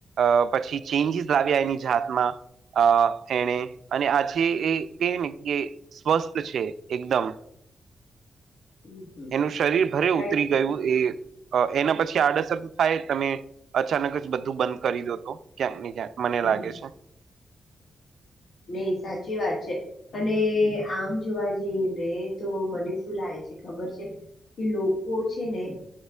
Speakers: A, on the right; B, on the left.
A: અ પછી ચેન્જીસ લાવ્યા એની જાતમાં અ એને અને આજે એ કે ને કે સ્વસ્થ છે એકદમ
B: હમ, હમ.
A: એનું શરીર ભરે
B: કારણ
A: ઉતરી
B: કે
A: ગયું એ એના પછી આડઅસર થાય તમે અચાનક જ બધું બંધ કરી દો તો ક્યાંક ને ક્યાંક મને
B: હમ
A: લાગે છે
B: નહી સાચી વાત છે. અને આમ જોવા જઈએ ને તો મને શું લાગે છે ખબર છે કે લોકો છે ને